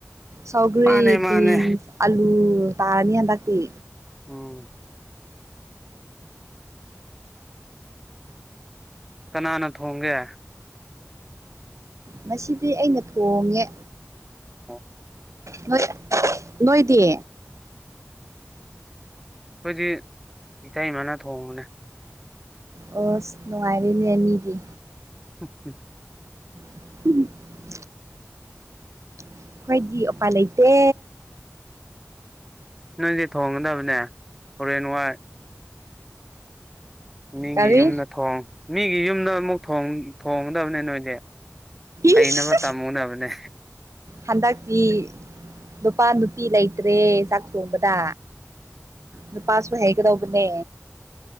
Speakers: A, on the right; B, in the centre.
A: ꯁꯧꯒ꯭ꯔꯤ
B: ꯃꯥꯅꯦ ꯃꯥꯅꯦ
A: ꯕꯤꯟꯁ ꯑꯂꯨ ꯇꯥꯔꯅꯤ ꯍꯟꯗꯛꯇꯤ
B: ꯎꯝ ꯀꯅꯥꯅ ꯊꯣꯡꯒꯦ
A: ꯉꯁꯤꯗꯤ ꯑꯩꯅ ꯊꯣꯡꯉꯦ
B: ꯑꯩꯈꯣꯏꯗꯤ
A: ꯅꯣꯏ ꯅꯣꯏꯗꯤ
B: ꯑꯩꯈꯣꯏꯗꯤ ꯏꯇꯩꯃꯥꯅ ꯊꯣꯡꯕꯅꯦ
A: ꯑꯣꯁ ꯅꯨꯡꯉꯥꯏꯔꯦꯅꯦ ꯃꯤꯗꯤ
B: <unintelligible>
A: <unintelligible> ꯑꯩꯈꯣꯏꯗꯤ ꯎꯄꯥꯏ ꯂꯩꯇꯦ
B: ꯅꯣꯏꯗꯤ ꯊꯣꯡꯒꯗꯕꯅꯦ ꯍꯣꯔꯦꯟ ꯋꯥꯏ ꯃꯤꯒꯤ
A: ꯀꯔꯤ
B: ꯌꯨꯝꯗ ꯊꯣꯡ ꯃꯤꯒꯤ ꯌꯨꯝꯗ ꯑꯃꯨꯛ ꯊꯣꯡ ꯊꯣꯡꯒꯗꯕꯅꯦ ꯅꯣꯏꯗꯤ ꯍꯩꯅꯕ
A: ꯏꯁ
B: ꯇꯝꯃꯨꯅꯕꯅꯦ
A: ꯍꯟꯗꯛꯇꯤ ꯅꯨꯄꯥ ꯅꯨꯄꯤ ꯂꯩꯇ꯭ꯔꯦ ꯆꯥꯛ ꯊꯣꯡꯕꯗ ꯅꯨꯨꯄꯥꯁꯨ ꯍꯩꯒꯗꯧꯕꯅꯦ